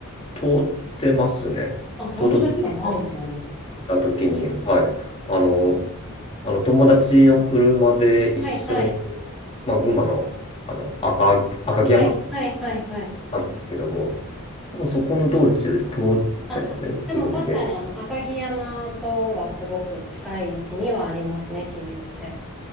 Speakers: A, on the left; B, in the centre.
A: 通ってますね。
B: あ、本当ですか何でだろう。
A: ちょうど今、行った時に、はい。あの、あの友達の車で一緒に、
B: はいはい。
A: まあ、群馬の、あの赤、赤城山
B: はいはいはいはい。
A: なんですけども、もうそこの道中で通ってますね、
B: あ、でも確かにあの赤城山とはすごく近い位置にはありますね、
A: 今、見て。
B: 桐生って。